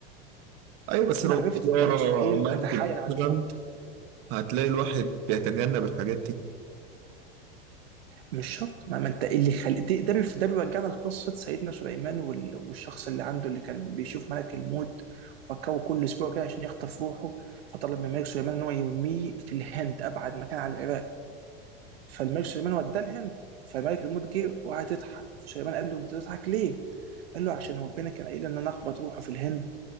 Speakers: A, on the right (about 55°); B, on the right (about 80°).
A: ايوه بس لو
B: عرفت
A: طيارة
B: انت مستحيل
A: مركب
B: تتحايل على
A: مثلا
B: الموت
A: هتلاقي الواحد بيتجنب الحاجات دي
B: مش شرط ما, ما انت اللي خل... ده ده بيف- ده بيرجعنا لقصه سيدنا سليمان وال... والشخص اللي عنده اللي كان بيشوف ملك الموت وفكره كل اسبوع كده عشان يخطف روحه فطلب من ملك سليمان ان هو يرميه في الهند ابعد مكان عن العراق فالملك سليمان وداه الهند فملك الموت جه وقعد يضحك سليمان قال له انت تضحك ليه؟ قال له عشان ربنا كان قايل ان انا اخبط روحه في الهند